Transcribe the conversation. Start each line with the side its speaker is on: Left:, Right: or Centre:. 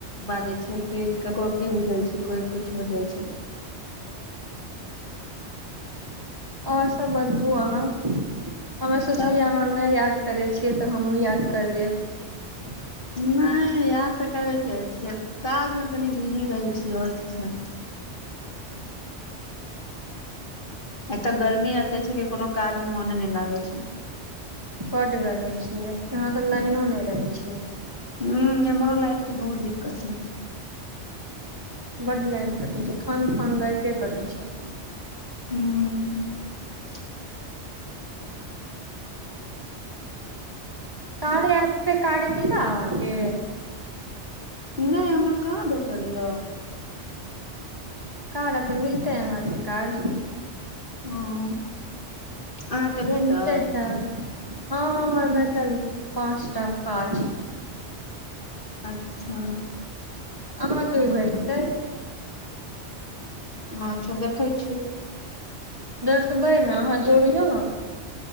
Left: बाजै छै कि ककरो की बुझल छै कोइ किछु बुझै छै
Right: और सभ बदबू अहाँ हमे सोचलिय
Left: सब
Right: अहाँ नहि याद करै छियै तऽ हमहुँ याद कर लेब
Left: नहि याद तऽ करबे करै छियै काजमे कनि बिजी रहै छीयै और किछु नहि एतऽ गर्मी एते छै कि कोनो काज मे मोने नहि लागे छै
Right: बड गर्मी छिय यहाँ त लाइनो नहि रहे छै
Left: ह एम्हरो लाइट बहुत दिक्कत है
Right: बड्ड लाइन कटै छै खन खन लाइटे कटै छै
Left: हूं
Right: कार्य ऐप पे कार्य मिला अहांके
Left: नहि हमरा कहाँ भैटल य
Right: कार्यपर मिलतै अहाँके काज
Left: ह अहाँके भेटल
Right: मिलते टास्क हँ हमरा भेटल पाँच टा काज
Left: अच्छा
Right: अहाँके भी भेटतै
Left: हं अच्छा देखै छियै
Right: देखबै ने अहाँ जोड़ियौ न